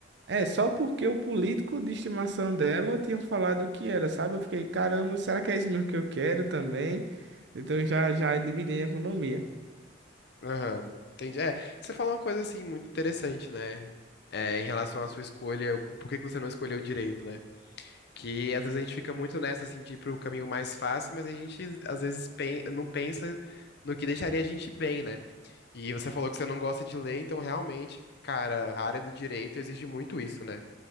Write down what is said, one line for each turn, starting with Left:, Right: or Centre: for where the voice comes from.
Right: É, só porque o político de estimação dela tinha falado o que era, sabe? Eu fiquei, caramba, será que é isso mesmo que eu quero também? Então já, já eliminei a economia.
Left: Aham. Entendi. É, você falou uma coisa assim muito interessante, né? É, em relação à sua escolha, por que que você não escolheu direito, né? Que às vezes a gente fica muito nessa, assim, de ir pro caminho mais fácil, mas a gente às vezes pen- não pensa no que deixaria a gente bem, né? E você falou que você não gosta de ler, então realmente, cara, a área do direito exige muito isso, né?